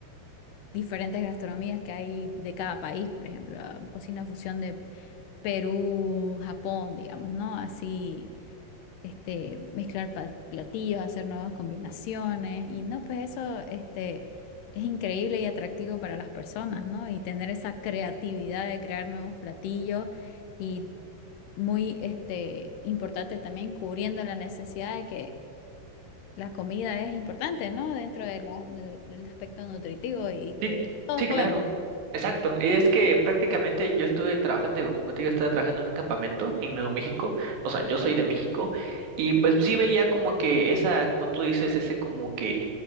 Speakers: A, on the left; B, on the right.
A: diferentes gastronomías que hay de cada país, por ejemplo, ah, cocina fusión Perú, Japón, digamos, ¿no? Así, este, mezclar pa- platillos, hacer nuevas combinaciones y no, pues eso, este, es increíble y atractivo para las personas, ¿no? Y tener esa creatividad de crear nuevos platillos y muy, este, importante también cubriendo la necesidad de que la comida es importante, ¿no? Dentro de la- del del aspecto nutritivo y que
B: Sí,
A: todos
B: sí, claro.
A: comemos.
B: Exacto. Y es que prácticamente yo estuve trabajando, como te digo, estaba trabajando en un campamento en Nuevo México. O sea, yo soy de México. Y pues sí veía como que esa, como tú dices, ese como que